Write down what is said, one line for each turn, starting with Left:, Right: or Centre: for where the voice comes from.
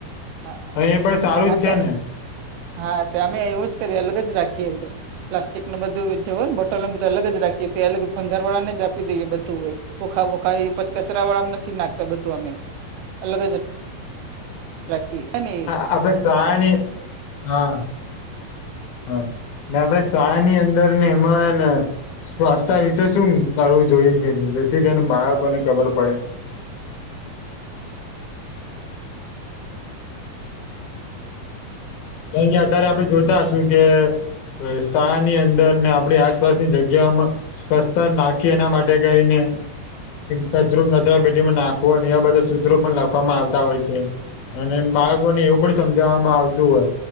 Right: હા
Left: એ પણ સારું
Right: હા
Left: જ છે
Right: તે
Left: ને.
Right: હા તે અમે એવું જ કરીએ અલગ જ રાખીએ એવું તો. પ્લાસ્ટિક નું બધું જવ ને બોટલને બધું અલગ જ રાખીએ ત્યા અલગ ભંગારવાળાને જ આપી દઈએ બધું હોય. ઓખા વોખા એ પછી કચરા વાળામાં નથી નાખતા બધું અમે અલગ જ રાખી એ અને
Left: આપ સહાની હા હા આપણે શાહ ની અંદર ને એમાં સ્વાસ્થ્ય વિશે શું કરવું જોઈએ જેથી કરીને બાળકોને ખબર પડે? અહીયા અતારે આપણે જોતા હશુ કે શાળા ની અંદર ને આપણી આસપાસની જગ્યામાં સ્વસ્થ નાખી એના માટે કઈને કચરો કચરા પેટીમાં નાખવો અને એવા બધા સૂત્રો પણ લખવામાં આવતા હોય છે. અને એમ બાળકો ને એવું પણ સમજાવવામાં આવતું હોય